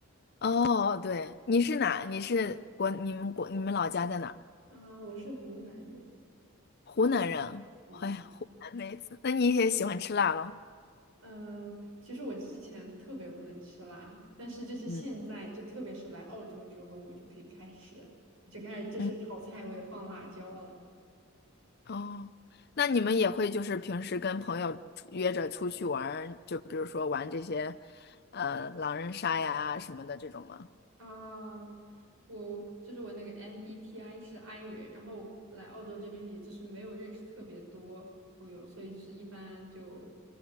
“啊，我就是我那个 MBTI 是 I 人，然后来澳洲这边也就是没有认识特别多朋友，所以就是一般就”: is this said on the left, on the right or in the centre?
Right